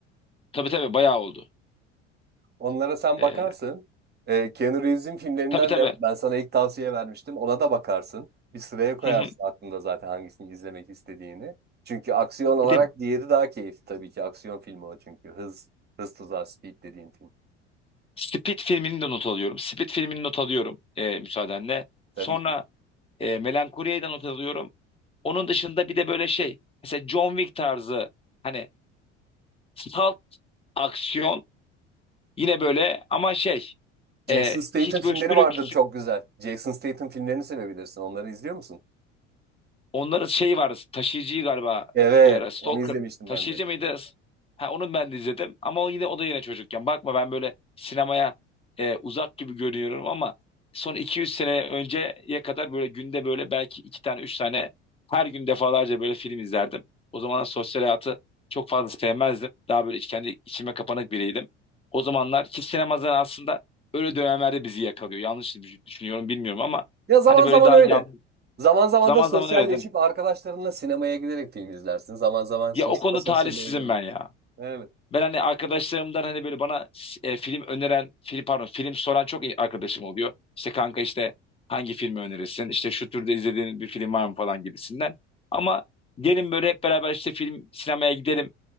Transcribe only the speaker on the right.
Onlara sen
bakarsın. Ee, Keanu Reeves'in filmlerinden
de ben sana ilk tavsiye vermiştim. Ona da bakarsın. Bir sıraya koyarsın
aklında zaten hangisini izlemek istediğini. Çünkü aksiyon olarak
diğeri daha keyifli tabii ki. Aksiyon filmi o çünkü. Hız, Hız Tuzağı Speed dediğin film.
Tabii
ki.
Jason
Statham
filmleri
vardır çok güzel. Jason Statham filmlerini sevebilirsin. Onları izliyor musun?
Evet,
onu izlemiştim
ben de.
Ya zaman
zaman
öyle.
Zaman zaman
da sosyalleşip
arkadaşlarınla sinemaya giderek film izlersin. Zaman zaman sos
sosyal olduğunu.
Evet.